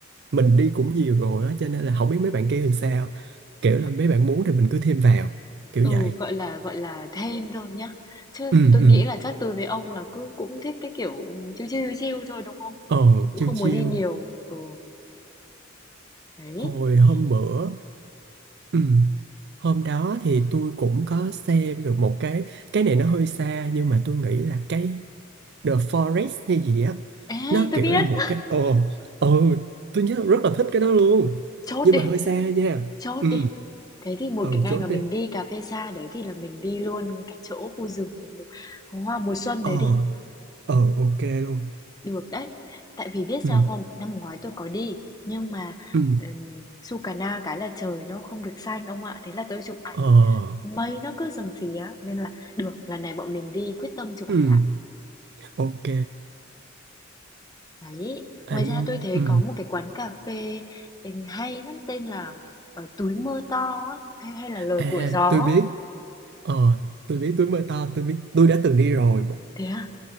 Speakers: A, on the right; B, on the left.
A: mình đi cũng nhiều rồi á cho nên là không biết mấy bạn kia thì sao. Kiểu là mấy bạn muốn thì mình cứ thêm vào, kiểu
B: Ừ,
A: vậy.
B: gọi là gọi là thêm thôi nhá. Chứ
A: Ừ
B: tôi
A: ừ.
B: nghĩ là chắc tôi với ông là cứ cũng thích cái kiểu chill chill chill thôi đúng không?
A: Ờ
B: Cũng
A: chiêu
B: không
A: chiêu
B: muốn đi nhiều. Ừ, đấy.
A: hồi hôm
B: Thế.
A: bữa Ừ. Hôm đó thì tôi cũng có xem được một cái cái này nó hơi xa nhưng mà tôi nghĩ là cái The Forest hay gì á
B: Ê,
A: nó
B: tôi
A: kiểu
B: biết.
A: là một
B: <laughs>
A: cái ờ ờ tôi nhớ rất là thích cái đó luôn
B: Chốt
A: nhưng
B: đi.
A: mà hơi xa nha
B: Chốt
A: ừ
B: đi. Thế thì một
A: ừ
B: cái ngày
A: chốt
B: mà mình
A: đi
B: đi cà phê xa đấy thì là mình đi luôn cái chỗ khu rừng hoa mùa xuân
A: ờ
B: đấy đi.
A: ờ ok luôn
B: Được đấy. Tại vì biết
A: ừ
B: sao không? Năm ngoái tôi có đi nhưng mà
A: ừ
B: um, Sukarna cái là trời nó không được xanh ông ạ. Thế là tôi chụp ảnh
A: ờ
B: mây nó cứ rầm xí á nên là được lần này bọn mình đi quyết tâm chụp
A: ừ
B: ảnh lại
A: ok
B: đấy ngoài
A: à nhưng
B: ra tôi thấy
A: ừ
B: có một cái quán cà phê ừ, hay lắm tên là ở túi mưa to ấy, hay hay là lời
A: à
B: của gió
A: tôi biết ờ tôi biết tôi mơ to tôi biết tôi đã từng đi rồi
B: thế à